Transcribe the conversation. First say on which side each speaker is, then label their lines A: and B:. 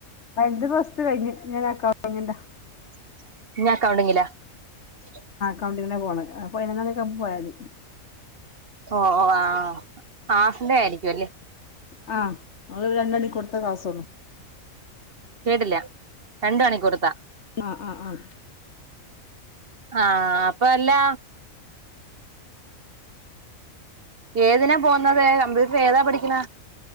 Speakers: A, on the left; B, on the right.
A: വൽത് പ്ലസ്ടു കഴിഞ്ഞ് ഇനി ഒരഅകൗണ്ടിങ്ങിന്റതാ
B: <unintelligible>
A: അകൗണ്ടിങ്ങിനാ പോണത് പതിനൊന്ന് മണിയൊക്കാവുമ്പോ പോയാമതി
B: ഓ ഓ ആ ആസ്മ ആയിരിക്കും അല്ലെ
A: <unintelligible>
B: കേട്ടില്ല രണ്ട് തവണ ഒക്കെ കൊടുക്കാം
A: ആ ആ അഹ്
B: ആ അപ്പ എല്ലാ ഏതിനാ പോന്നത് കമ്പ്യൂട്ടർ ഏതാ പഠിക്കണ